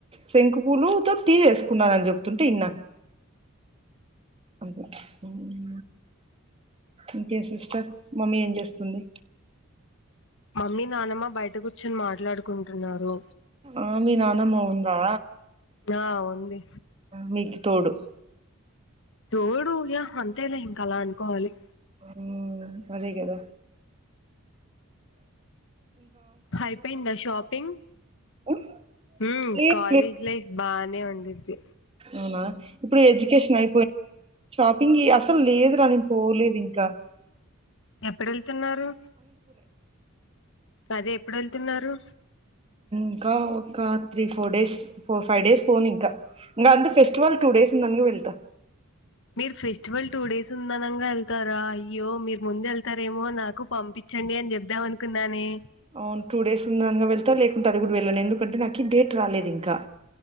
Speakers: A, on the right; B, on the left.
A: శంఖు పూలు తో టీ జేస్కున్నానన్ జెప్తుంటె ఇన్న అంతె ఉమ్ ఇంకే సిస్టర్ మమ్మీ ఏం జేస్తుంది.
B: మమ్మీ నానమ్మ బయట గుచ్చోన్ మాట్లాడుకుంటున్నారు.
A: ఆ మి నానమ్మ ఉందా.
B: ఆ ఉంది.
A: మీకు తోడు
B: తోడు <unintelligible> అంతేలే ఇంకలా అనుకోవాలి.
A: ఉమ్ అదేగద.
B: అయ్పోయ్ందా షాపింగ్
A: ఉమ్,
B: ఉమ్
A: లేదు
B: కాలేజ్ లైఫ్ బానే ఉండిద్. తె
A: ఔనా ఇప్పుడు ఎడ్యుకేషన్ అయ్పోయ్. షాపింగి అసల్ లేదురా నేన్ పోలేదింక.
B: ఎప్పుడెళ్తున్నారు. అదె ఎప్పుడెళ్తున్నారు.
A: ఇంకా ఒక three four days four five days ఫోనింక ఇంగందు ఫెస్టివల్ టూ డేస్ ఉందన్గ వెళ్త.
B: మీరు ఫెస్టివల్ టూ డేస్ ఉందనంగా యెళ్తారా అయ్యో మీర్ ముందెళ్తారేమో నాకు పంపిచ్చండి అని చెబ్దాం అనుకున్నానే.
A: ఔన్ టూ డేస్ ఉందనంగ వెళ్తా లేకుంటే అది గూడ వెళ్ళను ఎందుకంటే నాకి డేట్ రాలేదింకా.